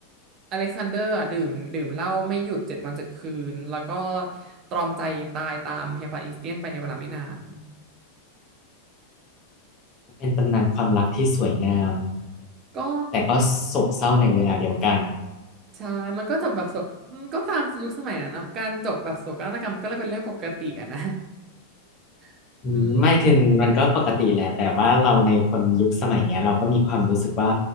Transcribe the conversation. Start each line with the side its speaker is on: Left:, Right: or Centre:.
Right: อเล็กซานเดอร์อะดื่มดื่มเหล้าไม่หยุดเจ็ดวันเจ็ดคืนแล้วก็ตรอมใจตายตามเฮลไฟเอเซียนไปในเวลาไม่นาน
Left: เป็นตำนานความรักที่สวยงาม
Right: ก็
Left: แต่ก็โศกเศร้าในเวลาเดียวกัน
Right: ใช่ มันก็จบแบบโศกอืมก็ตามยุคสมัยนะนะ การจบแบบโศกนาฏกรรมก็เลยเป็นเรื่องปกติอะนะ <laughs>
Left: อืมไม่คือมันก็ปกติแหละแต่ว่าเราในคนยุคสมัยเนี้ยเราก็มีความรู้สึกว่า
Right: อืม